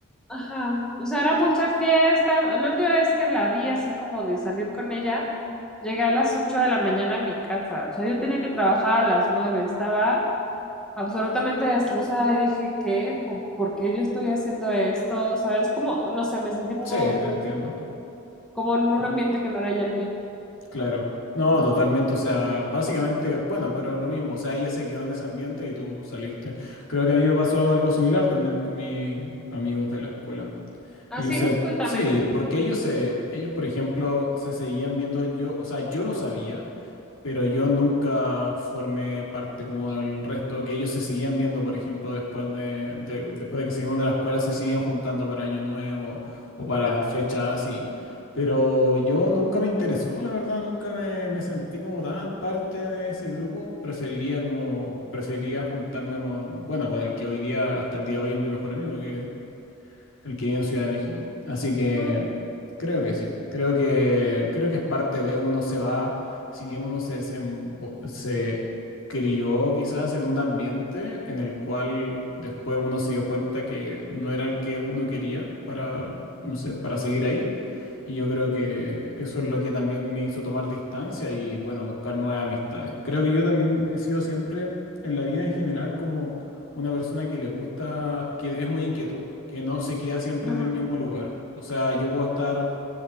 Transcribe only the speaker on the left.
sí,
te entiendo.
Claro. No, totalmente. O sea, básicamente, bueno, pero lo mismo. O sea, ella se quedó en ese ambiente y tú saliste. Creo que a mí me pasó algo similar también con mis amigos de la escuela.
Ellos
se,
sí, porque ellos se, ellos, por ejemplo, se seguían viendo yo, o sea, yo lo sabía, pero yo nunca formé parte como del resto, que ellos se seguían viendo, por ejemplo, después de, de- después de que salimos de la escuela, se seguían juntando para Año Nuevo o para fechas así. Pero yo nunca me interesó, la verdad, nunca me, me sentí como tan parte de ese grupo. Preferiría como, preferiría juntarme con, bueno, con el que hoy día, hasta el día de hoy es mi mejor amigo, que el que vive en Ciudad de México. Así que
creo que sí. Creo que, creo que es parte de uno se va, si bien uno se, desembo- se crió quizás en un ambiente en el cual después uno se dio cuenta que no era el que uno quería para, no sé, para seguir ahí. Y yo creo que eso es lo que también me hizo tomar distancia y, bueno, buscar nuevas amistades. Creo que yo también he sido siempre, en la vida en general, como una persona que le gusta, que es muy inquieto, que no se queda siempre
en el mismo lugar. O sea, yo puedo estar...